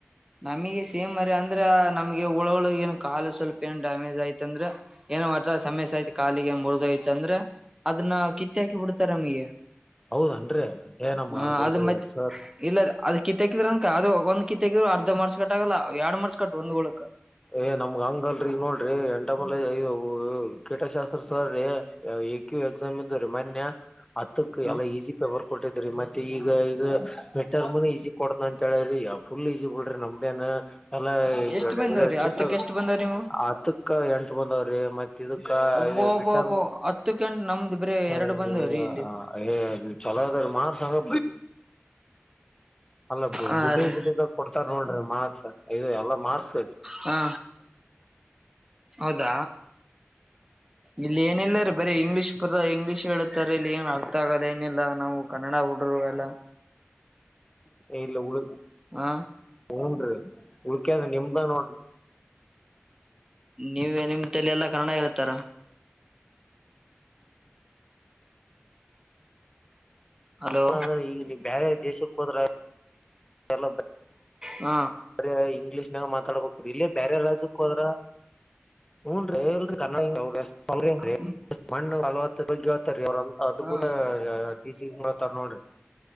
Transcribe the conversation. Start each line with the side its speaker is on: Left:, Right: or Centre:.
Right: ನಮಗೆ ಸೇಮ್ ಮಾರಾಯ ಅಂದ್ರ ನಮಗೆ ಹುಳಗಳು ಏನ ಕಾಲಿಗ ಸ್ವಲ್ಪ. ಏನ ಡ್ಯಾಮೇಜ್ ಐತ ಅಂದ್ರ ಏನ ವಟ್ಟ ಸಮಸ್ಯೆ ಆಯತ ಕಾಲಿಗ ಮುರಿದೋಯ್ತ ಅಂದ್ರ. ಅದನ್ನ ಕಿತ್ತ ಹಾಕಿ ಬಿಡ್ತಾರ ನಮಗೆ.
Left: ಹೌದನ್ರಿ ಏ ನಮ್ಗ
Right: ಹ
Left: ಹಂಗಲ್ರಿ
Right: ಅದ ಮತ್ತೆ
Left: ಸರ್
Right: ಇಲ್ಲಾರಿ ಅದ ಕಿತ್ತಾಕಿದಂದರ. <unintelligible> ಒಂದ ಕಿತ್ತಹಾಕಿದ್ರು ಅರ್ಧ ಮಾರ್ಸ್ ಕಟ್ಟಾಗಲ್ಲ ಎರಡ ಮಾರ್ಸ್ ಕಟ್ ಒಂದ್ಬಳಕ.
Left: ಏ ನಮ್ಗ ಹಂಗಲ್ಲರಿ ಈಗ ನೋಡ್ರಿ ಎಂಟಮಲ ಐ ಇವು ಕೀಟಶಾಸ್ತ್ರ ಸರ್ ರಿ. ಯ ಎ ಕ್ಯೂ ಎಕ್ಸಾಮ್ ಇದ್ದೂರಿ ಮನ್ಯ. ಹತ್ತಕ
Right: ಹ್ಮ್
Left: ಎಲ್ಲ ಈಸಿ ಪೇಪರ್ ಕೊಟ್ಟಿದ್ರಿ ಮತ್ತೆ ಈಗ ಇದು ಮಿಡ್ ಟರ್ಮನು ಈಸಿ. ಕೊಡತನಂತ ಹೇಳ್ಯಾರಿ ಯ ಫುಲ್ ಈಜಿ ಬಿಡ್ರಿ ನಮ್ದೇನ. ಎಲ್ಲ ಈಗ
Right: ಎಷ್ಟ್
Left: ಡೈಲಿ
Right: ಬಂದವ್ರಿ
Left: ಚಿತ್ರ
Right: ಹತ್ತಕ್ ಎಷ್ಟ್ ಬಂದವ್ರಿ ನೀವು
Left: ಹತ್ತಕ್ಕ ಎಂಟ ಬಂದವ್ರಿ ಮತ್ತ. ಇದಕ್ಕ
Right: ಒಬ್ಬ
Left: ಮಿಡ್
Right: ಒಬ್ಬ
Left: ಟರ್ಮ್
Right: ಒಬ್ಬ ಹತ್ತಕ್ಕಂಟ ನಮ್ದ್ ಬರೀ
Left: ಹ್ಮ್
Right: ಎರಡು ಬಂದವ್ರಿ ಇಲ್ಲಿ
Left: ಏ ಯ. ಚಲೋ ಅದ ರಿ ಮಾರ್ಸ್ ಹಂಗ. ಅಲ್ಲ ಬಿಡ್
Right: ಹಾ
Left: ಬಿಟ್ಟಿದ
Right: ರೀ
Left: ಬಿಟ್ಟಿದ್ದ ಕೊಡ್ತಾರ ನೋಡ್ರಿ ಮಾರ್ಸ್ ಇದ ಎಲ್ಲ ಮಾರ್ಸ್.
Right: ಹಾ ಹೌದಾ.
Left: <inaudible>
Right: ಇಲ್ಲಿ ಏನಿಲ್ಲ ರೀ ಬರೀ ಇಂಗ್ಲೀಷ್ ಬ ಇಂಗ್ಲೀಷ್ ಹೇಳತಾರ ಇಲ್ಲಿ ಏನ್ ಅರ್ಥ ಆಗಲ್ಲ ಏನಿಲ್ಲ ನಾವು. ಕನ್ನಡ ಹುಡುರು ಎಲ್ಲ.
Left: <inaudible> ಇಲ್ಲ ಉಳ
Right: ಹ
Left: ಹನ್ರಿ ಉಳ್ಕ್ಯಾದ ನಿಮ್ದ ನೋಡ್ರಿ.
Right: ನೀವೇ ನಿಮ್ದತೆಲೆಯೆಲ್ಲ ಎಲ್ಲಾ ಕನ್ನಡ ಹೇಳ್ತಾರ. ಹಲೋ
Left: ಅಂದ್ರೆ ಈಗ ನೀ ಬ್ಯಾರೆ ದೇಶಕ್ಕೆ ಹೋದ್ರ ಎಲ್ಲ.
Right: ಹ.
Left: ಬರೇ ಇಂಗ್ಲೀಷ್ನಾಗ ಮಾತಾಡ್ಬೇಕ ಇಲ್ಲೇ ಬ್ಯಾರೆ ರಾಜ್ಯಕ್ಕ ಹೋದ್ರ. ಹೂನರಿ. <unintelligible>
Right: ಹ್ಮ್
Left: <unintelligible> ಅವರ ಅಂತ ಅದ್ಭುತ.
Right: ಹಾ
Left: ಅ ಟೀಚಿಂಗ್ ಹೇಳ್ತಾರಾ ನೋಡ್ರಿ